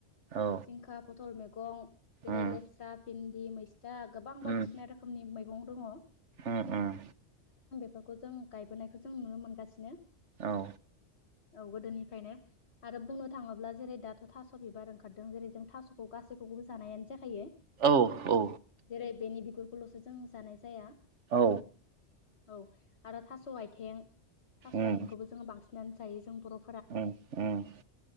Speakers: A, on the right (about 75°); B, on the left (about 60°).
A: औ
B: जिंखा पथल मेगं जेरै
A: उम
B: लेस्रा फिन दि मैज था गोबां बायदिसिना
A: उम
B: रोखोमनि मै गं दङ।
A: उम उम।
B: फोरखौ जों गायबोनायखौ जों नुनो मोनगासिनो।
A: औ।
B: औ गोदोनिफ्रायनो आरो बुंनो थाङोब्ला जेरै दाथ' थास' बिबार ओंखारदों जेरै जों थास'खौ गासैखौबो जानायानो जाखायो
A: औ औ
B: जेरै बेनि बि गुरखौल'सो जों जानाय जाया।
A: औ।
B: औ आरो थास' आयथें। थास' आयथ
A: उम
B: आयथिंखौबो जोङो बांसिनानो जायो जों बर'
A: उम उम।